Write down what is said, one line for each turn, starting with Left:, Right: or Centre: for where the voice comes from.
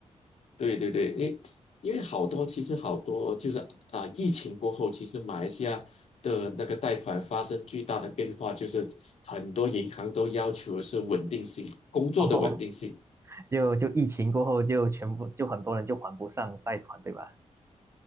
Left: 对对对，因因为好多其实好多就是啊，疫情过后，其实马来西亚的那个贷款发生巨大的变化，就是很多银行都要求的是稳定性，工作的稳定性。
Right: 哦，<laughs> 就就疫情过后，就全部就很多人就还不上贷款，对吧？